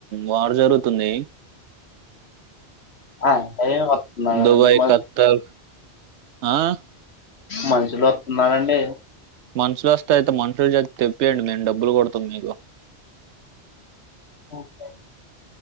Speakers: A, on the right (about 80°); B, on the left (about 65°).
A: వారు జరుగుతుంది
B: ఆ అ వత్తన్నగర
A: దుబాయ్
B: మ
A: ఖత్తర్ ఆ
B: మంచులు వస్తున్ననండి
A: మనుషులొస్తే అయితే మనుషుల చేత్ తెప్పండి. మేము డబ్బులు కొడతాం నీకు.
B: ఓకే.